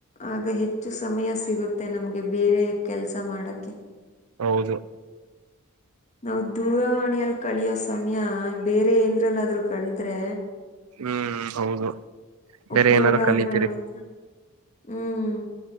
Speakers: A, on the left; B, on the right.
A: ಆಗ ಹೆಚ್ಚು ಸಮಯ ಸಿಗುತ್ತೆ ನಮ್ಗೆ ಬೇರೆ ಕೆಲ್ಸ ಮಾಡಕ್ಕೆ
B: ಹೌದು
A: ನಾವು ದೂರವಾಣಿಯಲ್ಲಿ ಕಳಿಯೋ ಸಮಯ ಬೇರೆ ಏಂದ್ರಲ್ಲಾದ್ರೂ ಕಳದ್ರೆ
B: ಹ್ಮ್ ಹೌದು ಬೇರೆ
A: ಉಪಯೋಗ
B: ಏನಾರು ಕಲಿತೀರಿ
A: ಆದ್ರೂ ಆಗತ್ತೆ ಹ್ಮ್